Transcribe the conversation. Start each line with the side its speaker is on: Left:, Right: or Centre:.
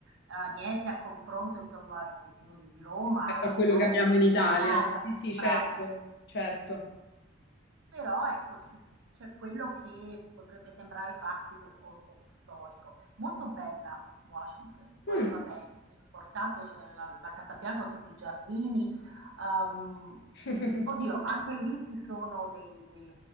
Right: eh, niente a confronto insomma, che ti dico, di, di Roma,
Left: Rispetto a quello
Right: no?
Left: che abbiamo
Right: Di, di
Left: in Italia.
Right: Italia,
Left: Sì, sì,
Right: brava,
Left: certo, certo.
Right: Però ecco, ci s- c'è quello che potrebbe sembrare classico o, o storico. Molto bella Washington, poi
Left: Mm.
Right: vabbè, im- è importante, c'è la, la Casa Bianca, tutti i giardini. ehm,
Left: <laughs>
Right: oddio, anche lì ci sono dei, dei-